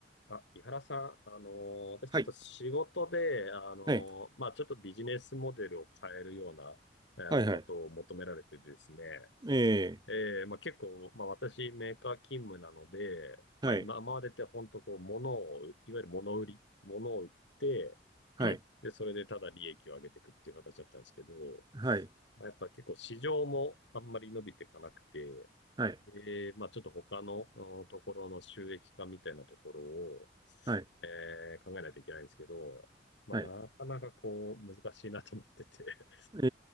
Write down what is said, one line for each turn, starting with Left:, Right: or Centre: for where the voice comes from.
Left: あ、井原さん、あのー私ちょっと仕事で、
Right: はい。
Left: あのーまあ、
Right: はい。
Left: ちょっとビジネスモデルを変えるような、えーことを求められてですね、
Right: はい。はい。ええ。
Left: えーまあ、結構、まあ、私メーカー勤務なので、まあ、
Right: はい。
Left: 今までって本当こう、物を、いわゆる物売り、物を売って、
Right: はい。
Left: <clears throat> で、それでただ利益を上げていくっていう形だったんですけど、
Right: はい。
Left: まあ、やっぱ結構市場もあんまり伸びていかなくて、
Right: はい。
Left: で、まあ、ちょっと他のうんところの収益化みたいなところを、
Right: はい。
Left: えー考えないといけないんですけど、まあ、
Right: はい。
Left: なかなかこう、難しいなと思ってて
Right: え